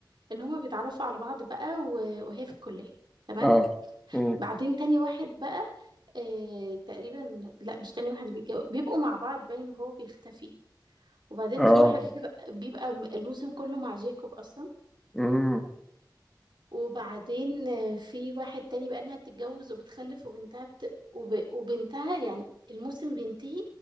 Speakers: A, on the right; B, in the centre.
A: ان هما بيتعرفوا على بعض بقى و- وهي في الكلية تمام
B: اه امم
A: بعدين تاني واحد بقى آه تقريبا لا مش تاني واحد بيتجوز بيبقوا مع بعض باين هو بيختفي وبعدين
B: اه
A: في واحد بيبقى بيبقى الموسم كله مع جيكوب اصلا
B: امم
A: وبعدين آه، في واحد تاني بقى انها بتتجوز وبتخلف وبنتها بت... وب... وبنتها يعني الموسم بينتهي